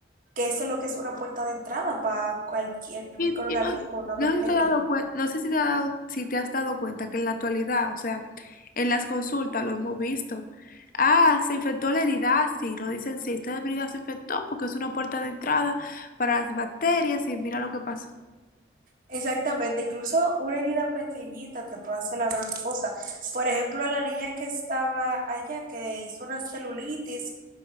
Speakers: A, on the right (about 50°); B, on the left (about 50°).
A: que eso es lo que es una puerta de entrada para cualquier
B: Y,
A: microorganismo,
B: y no,
A: una bacteria.
B: no sé si te has dado cuen- no sé si te has dado, si te has dado cuenta que en la actualidad, o sea, en las consultas lo hemos visto. Ah, se infectó la herida, ah, sí, lo dicen, sí, esta herida se infectó porque es una puerta de entrada para las bacterias y mira lo que pasó.
A: Exactamente, incluso una herida pequeñita te puede hacer la gran cosa. Por ejemplo, la niña que estaba allá, que hizo una celulitis,